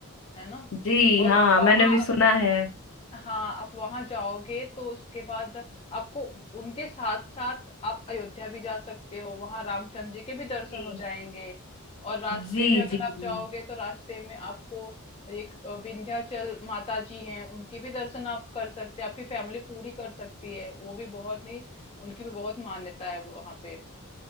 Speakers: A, on the left; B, on the left.
A: है ना
B: जी हाँ
A: और वहाँ
B: मैंने भी सुना है
A: हाँ आप वहां जाओगे तो उसके बाद आपको उनके साथ साथ आप अयोध्या भी जा सकते हो वहां रामचंद्र जी के भी दर्शन
B: जी
A: हो जाएंगे और रास्ते
B: जी
A: में अगर
B: जी
A: आप
B: जी
A: जाओगे तो रास्ते में आपको एक अ, विंध्याचल माता जी हैं उनके भी दर्शन आप कर सकते हैं आपकी फैमिली पूरी कर सकती है वो भी बहुत नहीं उनकी भी बहुत मान्यता है वहां पे